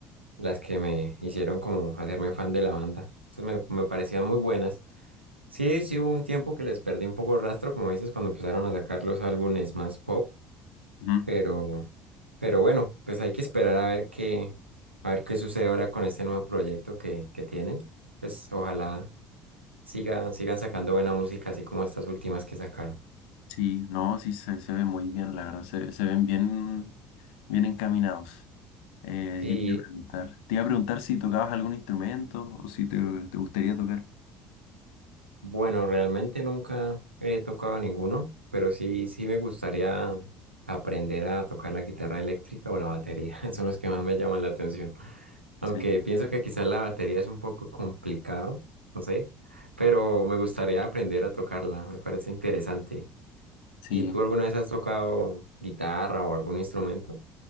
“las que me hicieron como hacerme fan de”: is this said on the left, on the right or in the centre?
Right